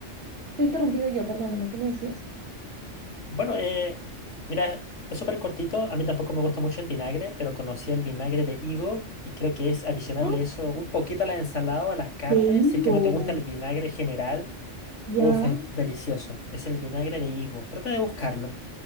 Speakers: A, on the right; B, on the left.
A: te he interrumpido yo, perdóname, ¿qué me decías?
B: Bueno, eh, mira, es súper cortito. A mí tampoco me gusta mucho el vinagre, pero conocí el vinagre de higo y creo que es adicionarle
A: Ah,
B: eso un poquito a la ensalada o a las carnes.
A: De higo,
B: Si es que no te gusta el vinagre general,
A: ya.
B: uf, es delicioso. Es el vinagre de higo. Trata de buscarlo.